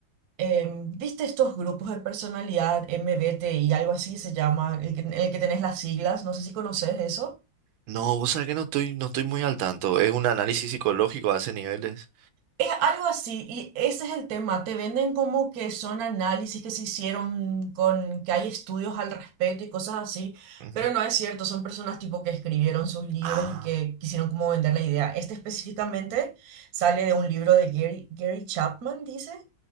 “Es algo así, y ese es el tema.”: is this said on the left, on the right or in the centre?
Right